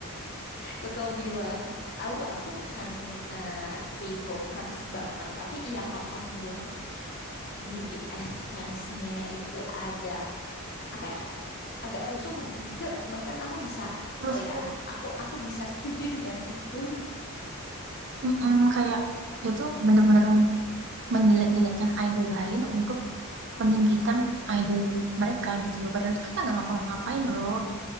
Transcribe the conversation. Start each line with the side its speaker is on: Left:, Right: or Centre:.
Left: Kakak bilang, aku aku bukan eh, K-popers banget, tapi ya kalau kamu bilang BTS fansnya itu agak apa ya, agak rusuh juga. Bahkan aku bisa,
Right: Terus
Left: oh ya,
Right: tuh
Left: aku aku bisa setuju dengan itu.
Right: mm-mm, kayak dia tuh bener-bener menjelek-jelekkan idol lain untuk meninggikan idol mereka gitu loh. Padahal kita nggak ngapa-ngapain loh.